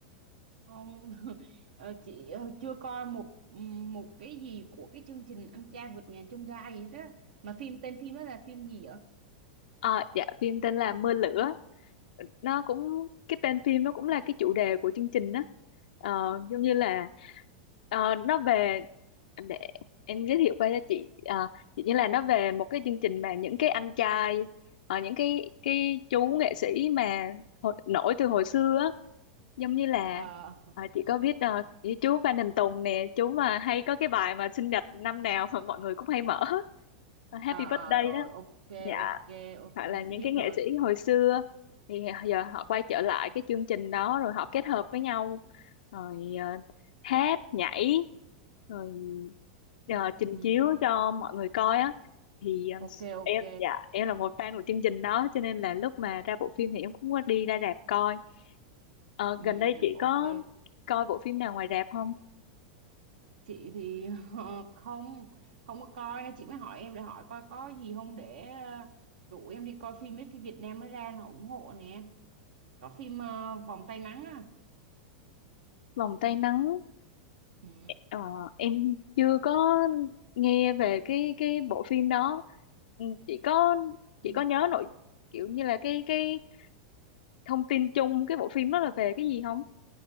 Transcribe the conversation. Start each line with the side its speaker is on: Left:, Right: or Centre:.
Right: Không, <laughs> ờ, chị ờ, chưa coi một một cái gì của cái chương trình Anh trai vượt ngàn chông gai gì hết á. Mà phim tên phim đó là phim gì vậy?
Left: Ờ, dạ phim tên là Mưa Lửa nó cũng cái tên phim nó cũng là cái chủ đề của chương trình đó Ờ, giống như là ờ, nó về để em giới thiệu qua cho chị Ờ, Chỉ như là nó về một cái chương trình mà những cái anh trai ờ, những cái cái chú nghệ sĩ mà hồi, nổi từ hồi xưa á giống như là
Right: Ờ,
Left: ờ, chị có biết ờ, như chú Phan Đình Tùng nè chú mà hay có cái bài mà sinh nhật năm nào mà mọi người cũng hay mở Ờ, Happy
Right: ờ,
Left: Birthday
Right: ờ, rồi,
Left: đó
Right: ok,
Left: dạ
Right: ok, ok,
Left: hoặc là những
Right: chị biết
Left: cái nghệ
Right: rồi.
Left: sĩ hồi xưa thì giờ họ quay trở lại cái chương trình đó rồi họ kết hợp với nhau rồi ờ, hát nhảy rồi ờ, trình
Right: Ừ,
Left: chiếu cho mọi người coi á thì ờ,
Right: ok, ok,
Left: em dạ em là một fan của chương trình đó cho nên là lúc mà ra bộ phim thì em cũng có đi ra rạp coi Ờ,
Right: ừ,
Left: gần đây chị
Right: ok.
Left: có coi bộ phim nào ngoài rạp không
Right: Chị thì <laughs> ờ, không, không có coi nên chị mới hỏi em để hỏi coi có gì không để ờ, rủ em đi coi phim mấy phim Việt Nam mới ra là ủng hộ nè. Có phim ờ, Vòng tay nắng á.
Left: Vòng tay nắng
Right: Ừ.
Left: Ờ, em chưa có nghe về cái cái bộ phim đó Ừ, chỉ có
Right: Ừ.
Left: chỉ có nhớ nội kiểu như là cái cái thông tin chung cái bộ phim đó là về cái gì không